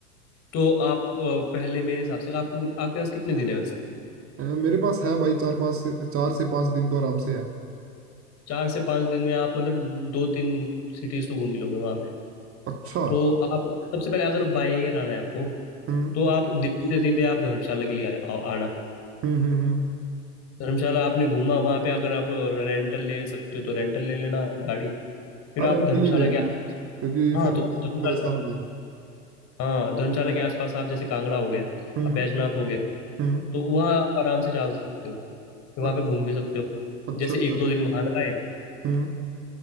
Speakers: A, on the left; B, on the right.
A: तो आप अ, पहले मेरे हिसाब से आपको आपके पास कितने दिन है वैसे
B: अ, मेरे पास है भाई चार पाँच से चार से पाँच दिन तो आराम से है
A: चार से पाँच दिन में आप मतलब दो तीन सिटीज तो घूम ही लोगे वहाँ पे
B: अच्छा
A: तो आप सबसे पहले अगर बाय एयर आना है आपको
B: हम्म
A: तो आप दिल्ली से सीधे आप धर्मशाला के लिए आ, आ- आना
B: हम्म हम्म हम्म
A: धर्मशाला आपने घूमा वहां पे अगर आप रेंटल ले सकते हो तो रेंटल ले लेना गाड़ी फिर
B: अब
A: आप
B: रेंट
A: धर्मशाला
B: ले लेंगे
A: के आस
B: ना, क्योंकि
A: हाँ
B: फिर
A: तो धर्मशाला
B: परेशान हो जाएंगे
A: हाँ धर्मशाला के आसपास आप जैसे कांगड़ा हो गया
B: हम्म
A: अब बैजनाथ हो गया
B: हम्म
A: तो वहाँ आप आराम से जा सकते हो फिर वहाँ
B: अच्छा
A: पे घूम भी सकते हो
B: अच्छा
A: जैसे
B: अच्छा
A: एक दो दिन वहाँ लगाए
B: हम्म